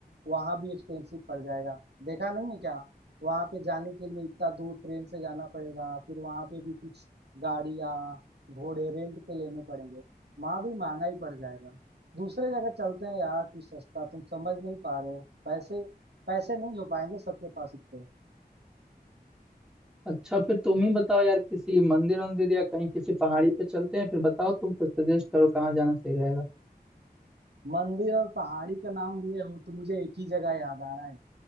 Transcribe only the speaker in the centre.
अच्छा फिर तुम ही बताओ यार किसी मंदिर वंदिर या कहीं किसी पहाड़ी पे चलते हैं फिर बताओ तुम कुछ सजेस्ट करो कहाँ जाना सही रहेगा